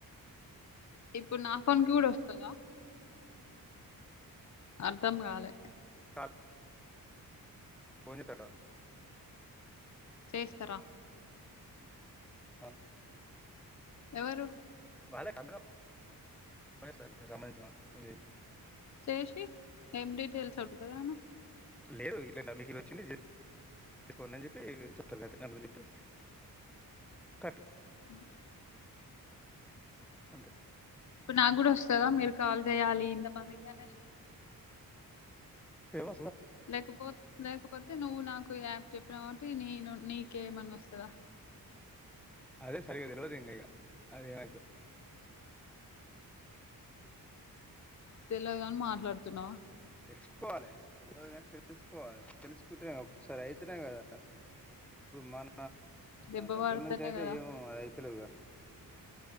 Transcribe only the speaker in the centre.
ట పోని సట
అను
వాళ్ళ క ప <unintelligible>
లేదు ఇలా ఇలా మీకు ఇది వచ్చింది చేసుకోం అని చెప్పి చెప్తారు దాని గురించి చెప్పి కట్
అంతే
ఏవ
అదే సరిగా తెలివదు ఇంగ కా అది ఏమ
తెలుసుకోవాలి తెలవదు కానీ తెలుసుకోవాలి తెలుసుకుంటే ఒకసారి అవుతునేం కదా ఇప్పుడు మన
దగ్గర
నుంచి అయితే
ఏమ అయితులేవుగా